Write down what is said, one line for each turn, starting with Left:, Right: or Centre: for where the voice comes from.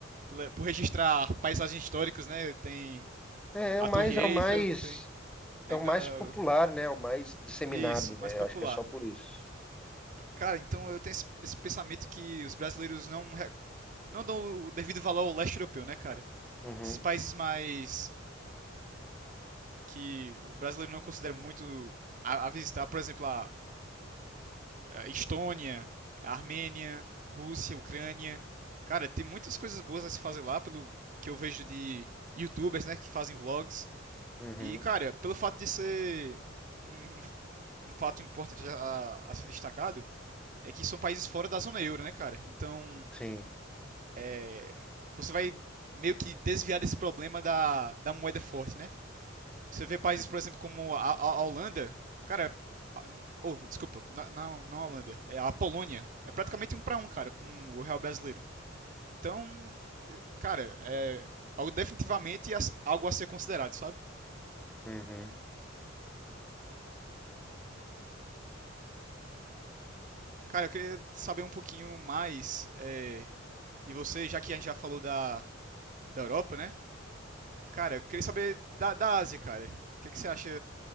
Right: pela- por registrar paisagens históricas, né? Tem
Centre: É,
Right: a
Centre: é o mais,
Right: Torre Eiffel,
Centre: é o mais,
Right: tem a
Centre: é o
Right: Ingla-
Centre: mais
Right: ah,
Centre: popular, né? É o mais disseminado,
Right: isso,
Centre: né?
Right: mais popular.
Centre: Acho que é só por isso.
Right: Cara, então eu tenho esse, esse pensamento que os brasileiros não re- não dão o devido valor ao leste europeu, né, cara?
Centre: Uhum,
Right: Esses países mais que o brasileiro não considera muito a, a visitar, por exemplo, a, eh, Estônia, Armênia, Rússia, Ucrânia. Cara, tem muitas coisas boas a se fazer lá, pelo que eu vejo de YouTubers, né, que fazem vlogs.
Centre: uhum,
Right: E, cara, pelo fato de ser um, um- um fato importante a, a ser destacado, é que são países fora da zona euro, né, cara? Então,
Centre: sim,
Right: eh, você vai meio que desviar desse problema da, da moeda forte, né? Você vê países, por exemplo, como a, a- a Holanda, cara, a- oh, desculpa, na- não, não a Holanda, é a Polônia. É praticamente um pra um, cara, com o real brasileiro. Então, eh, cara, é algo definitivamente as- algo a ser considerado, sabe?
Centre: uhum.
Right: Cara, eu queria saber um pouquinho mais eh, de você, já que a gente já falou da, da Europa, né? Cara, eu queria saber da, da Ásia, cara. O que que você acha